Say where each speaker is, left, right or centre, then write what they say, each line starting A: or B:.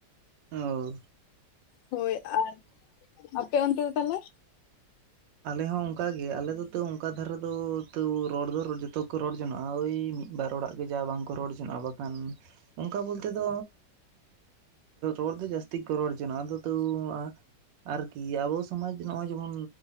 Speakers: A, on the right; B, on the left.
A: ᱟᱻᱳᱣ
B: ᱦᱳᱭ ᱟᱨ ᱟᱯᱮ ᱚᱱᱛᱮ ᱫᱚ ᱛᱟᱦᱚᱞᱮ
A: ᱟᱞᱮ ᱦᱚᱸ ᱚᱱᱠᱟᱜᱮ ᱟᱞᱮ ᱫᱚ ᱛᱚ ᱚᱱᱠᱟ ᱫᱷᱟᱨᱮ ᱫᱚ ᱛᱟᱹᱣ ᱨᱚᱲ ᱫᱚ ᱨᱩᱡ ᱡᱚᱛᱚ ᱠᱚ ᱨᱚᱲ ᱡᱚᱱᱚᱜᱼᱟ ᱳᱭ ᱢᱤᱫ ᱵᱟᱨ ᱚᱲᱟᱜ ᱜᱮ ᱡᱟ ᱵᱟᱝᱠᱚ ᱨᱚᱲ ᱡᱚᱱᱚᱜᱼᱟ ᱵᱟᱠᱷᱟᱱ ᱚᱱᱠᱟ ᱵᱚᱞᱛᱮ ᱫᱚ ᱨᱚᱲ ᱫᱚ ᱡᱟᱹᱥᱛᱤ ᱠᱚ ᱨᱚᱲ ᱡᱚᱝᱼᱟ ᱟᱫᱚ ᱛᱟ. ᱣ ᱟᱨᱠᱤ ᱟᱵᱚ ᱥᱚᱢᱟᱡᱽ ᱱᱚᱜᱼᱚᱭ ᱡᱮᱢᱚᱱ